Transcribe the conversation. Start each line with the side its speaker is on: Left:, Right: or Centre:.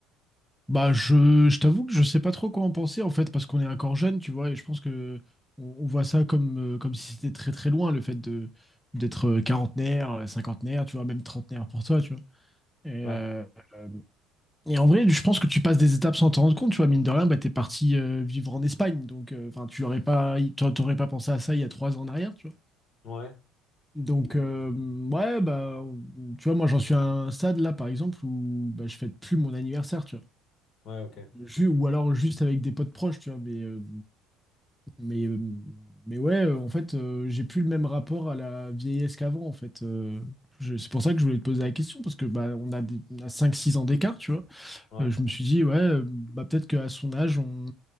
Centre: Bah, je, je t'avoue que je sais pas trop quoi en penser en fait, parce qu'on est encore jeune, tu vois, et je pense que on, on voit ça comme, euh, comme si c'était très très loin le fait de d'être euh, quarantenaire, euh, cinquantenaire, tu vois, même trentenaire pour toi, tu vois. Et,
Left: ouais
Centre: euh, euh, et en vrai, je pense que tu passes des étapes sans t'en rendre compte, tu vois, mine de rien, bah, t'es parti euh, vivre en Espagne, donc euh, enfin, tu aurais pas, t'a- t'aurais pas pensé à ça il y a trois ans en arrière, tu vois.
Left: ouais
Centre: Donc, euh, ouais, bah, tu vois, moi j'en suis à un stade là, par exemple, où bah, je fête plus mon anniversaire, tu vois.
Left: ouais ok
Centre: Ju- ou alors juste avec des potes proches, tu vois, mais, euh, mais, euh, mais ouais, euh, en fait, euh, j'ai plus le même rapport à la vieillesse qu'avant, en fait. Euh, je- c'est pour ça que je voulais te poser la question, parce que bah, on a, des- on a 5-6 ans d'écart, tu vois.
Left: ouais
Centre: Euh, je me suis dit, ouais, euh, bah, peut-être qu'à son âge, on,